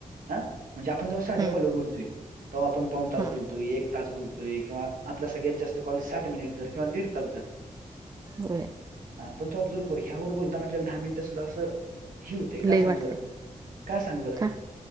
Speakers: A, on the right; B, on the right.
A: हा, म्हणजे आपण जवा साध्या
B: हम्म
A: कॉलवर बोलतोय तवा आपण पाऊन तास
B: हा
A: बोलतोय, एक तास बोलतो तुई किंवा, आपला सगळ्यात जास्त कॉल साठ मिनिट धर किंवा दीड तास धर.
B: होय.
A: ह पण तो ऑबझर्व्ह कर ह्यावर बोलताना, आपल्याला दहा मिनट सुद्धा असं. ही होते. का
B: लय
A: सांग
B: वाटते
A: बरं, का सांग बरं
B: का